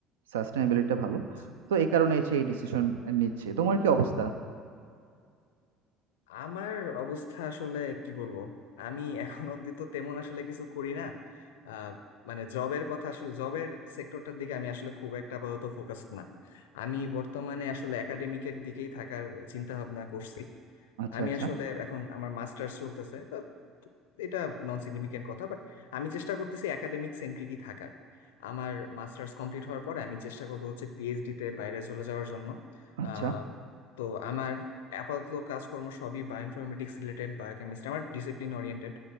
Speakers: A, on the right; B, on the left.
A: সাস্টেনেবিলিটিটা ভালো
B: আচ্ছা।
A: তো এই কারণে হচ্ছে এই ডিসিশন নিচ্ছে তোমার কি অবস্থা
B: আমার অবস্থা আসলে কি বলবো আমি এখন অব্দি তো তেমন আসলে কিছু করি না আহ, মানে জবের কথা আসলে জবের সেক্টরটার দিকে আমি আসলে খুব একটা আপাতত ফোকাসড না আমি বর্তমানে আসলে একাডেমিকের দিকেই থাকার চিন্তা ভাবনা করছি
A: আচ্ছা
B: আমি
A: আচ্ছা
B: আসলে এখন আমার মাস্টার্স চলতেছে তো এটা নন সিগনিফিকেন্ট কথা বাট আমি চেষ্টা করতেছি একাডেমিক সেন্ট্রিকই থাকার আমার মাস্টার্স কমপ্লিট হওয়ার পরে আমি চেষ্টা করব হচ্ছে পিএইচডি তে বাইরে চলে যাওয়ার জন্য
A: আচ্ছা
B: আহ, তো আমার আপাতত কাজকর্ম সবই বায়োইনফরমেটিক্স রিলেটেড বায়োকেমিস্ট্রি আমার ডিসিপ্লিন ওরিয়েন্টেড